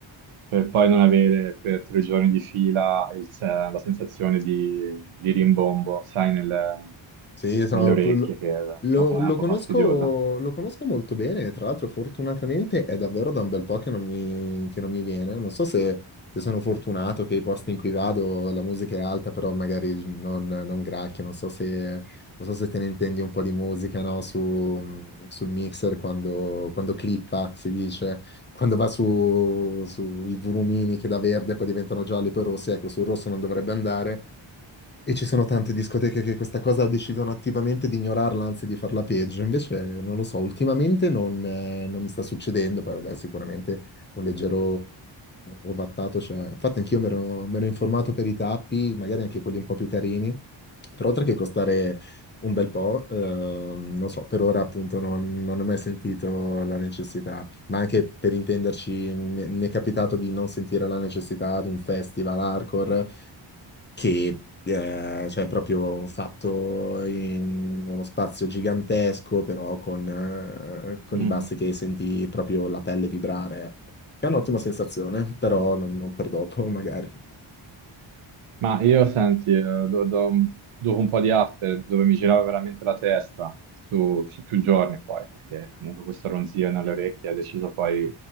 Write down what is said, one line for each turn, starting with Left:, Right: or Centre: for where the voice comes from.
Right: per poi non avere per tre giorni di fila il se- la sensazione di, di rimbombo, sai, nel-
Left: Sì, sono-
Right: nelle orecchie,
Left: lo,
Right: che è un
Left: lo-
Right: po', fa-
Left: lo
Right: è un po'
Left: conosco,
Right: fastidiosa.
Left: lo conosco molto bene, tra l'altro fortunatamente è davvero da un bel po' che non mi, che non mi viene. Non so se, se sono fortunato che i posti in cui vado la musica è alta, però magari non, non gracchia, non so se, non so se te ne intendi un po' di musica, no? Su- mhmm, sul mixer quando, quando clippa, si dice, quando va su, sui volumini che da verde poi diventano gialli, poi rossi, ecco, sul rosso non dovrebbe andare e ci sono tante discoteche che questa cosa decidono attivamente di ignorarla, anzi di farla peggio. Invece, non lo so, ultimamente non, eh, non mi sta succedendo. Poi, vabbè, sicuramente un leggero ovattato c'è. Infatti, anch'io mi ero, mi ero informato per i tappi, magari anche quelli un po' più carini. Però, oltre che costare un bel po', ehm, non so, per ora appunto non, non ho mai sentito la necessità. Ma anche per intenderci, mi mi è capitato di non sentire la necessità di un festival hardcore che eh, cioè proprio fatto in uno spazio gigantesco, però con, eh, con
Right: Mm.
Left: i bassi che senti proprio la pelle vibrare. È un'ottima sensazione, però non, non per dopo, <laughs> magari.
Right: Ma io senti, eh, do- do- dopo un po' di after dove mi girava veramente la testa su, su più giorni poi, perché comunque questo ronzio nelle orecchie ho deciso poi,